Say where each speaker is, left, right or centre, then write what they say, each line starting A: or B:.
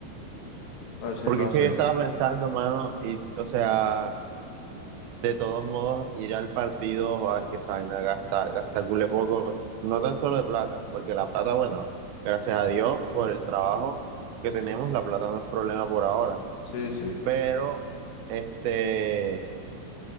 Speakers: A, on the left (about 80°); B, on the right (about 70°).
A: Entonces,
B: Porque
A: no
B: es
A: sé.
B: que yo estaba pensando, mano, y, o sea, de todos modos, ir al partido, o a que esa vaina gasta, gasta cule poco, no tan solo de plata, porque la plata, bueno, gracias a Dios por el trabajo que tenemos, la plata no es problema por ahora,
A: Sí, sí.
B: pero, este,